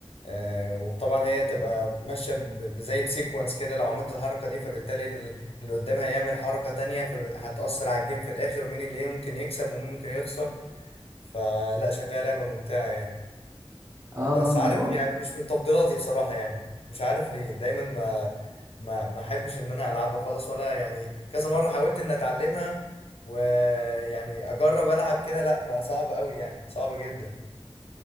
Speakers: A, on the left (about 80°); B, on the right (about 30°).
A: آه، وطبعا هي تبقى ماشية ب- زي بسيكونس كده لو عملت الحركة دي فبالتالي ال- اللي قدامها هيعمل حركة تانية فهتأثر على الجيم في الآخر ومين اللي إيه ممكن يكسب ومين ممكن يخسر فلا شكلها لعبة ممتعة يعني
B: اه
A: بس
B: اه ما
A: عارف
B: انا بقول
A: يعني مش من تفضيلاتي بصراحة يعني مش عارف ليه دايما ما ما ما احبش ان انا العبها خالص ولا يعني كذا مرة حاولت ان اتعلمها ويعني اجرب العب كده لا ما صعب قوي يعني صعبة جدا